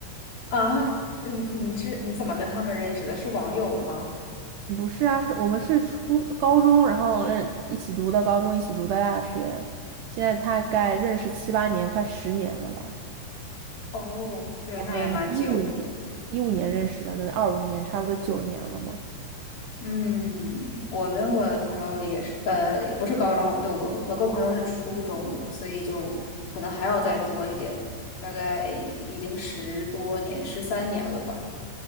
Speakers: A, on the left; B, on the right.
A: 啊。嗯，你是你怎么跟他们认识的？是网友吗？
B: <laughs> 不是啊，我们是初高中，然后认一起读的高中，一起读的大学，现在大概认识七八年，快十年了吧。
A: 哦，对，
B: 我们一五年一五年认识的，
A: 那也蛮久。
B: 那二五年差不多九年了嘛。
A: 嗯，我跟我的朋友也是，呃，也不是高中，对，我我跟我朋友是初中了，所以就可能还要再多一点，大概已经十多年，十三年了吧。